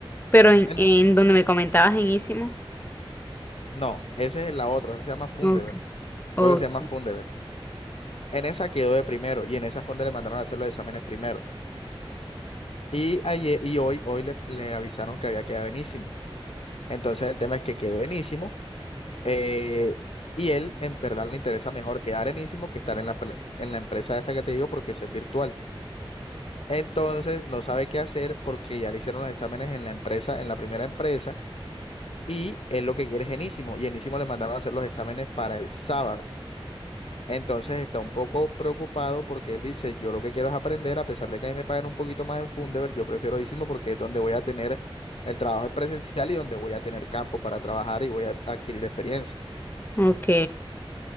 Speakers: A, on the left; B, on the left.
A: Pero en,
B: En-
A: en donde me comentabas en Ísimo.
B: no, esa es la otra, esa se llama Fundeber.
A: Ok, ok,
B: Creo que se llama Fundeber. En esa quedó de primero y en esa fue donde le mandaron a hacer los exámenes primero. Y, ayer, y hoy, hoy le, le avisaron que había quedado enísimo. Entonces el tema es que quedó enísimo eh, y él en verdad le interesa mejor quedar enísimo que estar en la, pele- en la empresa esta que te digo porque eso es virtual. Entonces no sabe qué hacer porque ya le hicieron los exámenes en la empresa, en la primera empresa y él lo que quiere es enísimo y enísimo le mandaron a hacer los exámenes para el sábado. Entonces está un poco preocupado porque él dice, yo lo que quiero es aprender, a pesar de que a mí me pagan un poquito más en Fundeber, yo prefiero Isimo porque es donde voy a tener, el trabajo es presencial y donde voy a tener campo para trabajar y voy a adquirir experiencia.
A: ok.